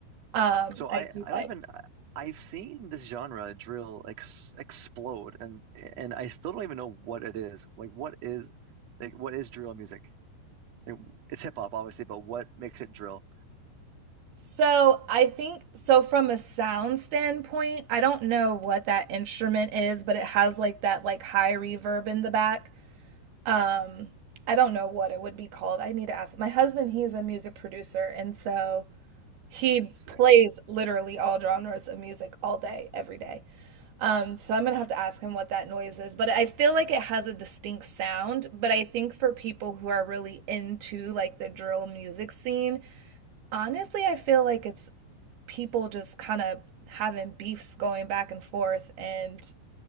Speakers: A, on the right; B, on the right.
A: Um,
B: So I,
A: I do
B: I
A: like.
B: don't even I've seen this genre drill ex explode and and I still don't even know what it is. Like what is like what is drill music? Like, it's hip hop obviously, but what makes it drill?
A: So I think so from a sound standpoint, I don't know what that instrument is, but it has like that like high reverb in the back. Um, I don't know what it would be called. I need to ask. My husband, he is a music producer, and so he
B: Sick.
A: plays
B: <laughs>
A: literally all genres of music all day, every day. Um, so I'm gonna have to ask him what that noise is, but I feel like it has a distinct sound, but I think for people who are really into like the drill music scene, Honestly, I feel like it's people just kind of having beefs going back and forth and